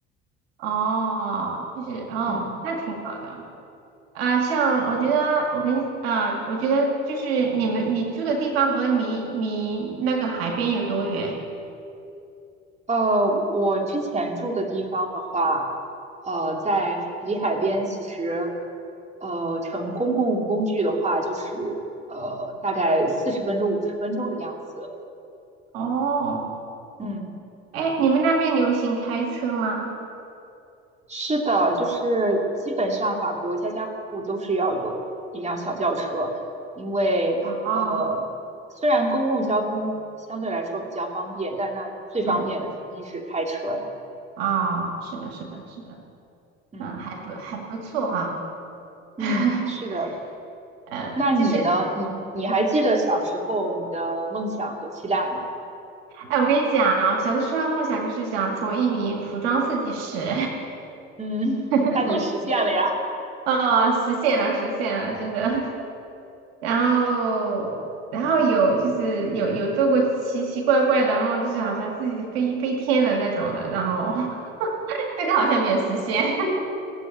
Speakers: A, on the right (about 85°); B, on the right (about 25°).
A: 哦，就是哦，
B: 嗯。
A: 那挺好的。啊、像我觉得，我跟你啊、我觉得就是你们你住的地方和你你那个海边有多远？
B: 呃，我之前住的地方的话，呃，在海离海边，其实，呃，乘公共工具的话，就是呃，大概四十分钟、五十分钟的样子。
A: 哦，
B: 嗯，
A: 哎，你们那边流行开车吗？
B: 是的，就是基本上法国家家户户都是要有一辆小轿车，因为呃，
A: 哦，
B: 虽然公共交通相对来说比较方便，但那最方便的肯定是开车呀。
A: 嗯，啊、是的，是的，是的。
B: 嗯
A: 嗯，还不还不错哈、
B: 嗯，
A: <laughs>
B: 是的。
A: 呃，
B: 那你呢？
A: 就是，
B: 你你还记得小时候你的梦想和期待吗？
A: 哎，我跟你讲啊，小的时候的梦想就是想成为一名服装设计师，
B: 嗯，<laughs>
A: <laughs>
B: 那你实现了呀？
A: 哦，实现了，实现了，真的。<laughs> 然后，然后有就是有有做过奇奇怪怪的梦，就是好像自己飞飞天的那种的，然后 <laughs> 这个好像没有实现。<laughs>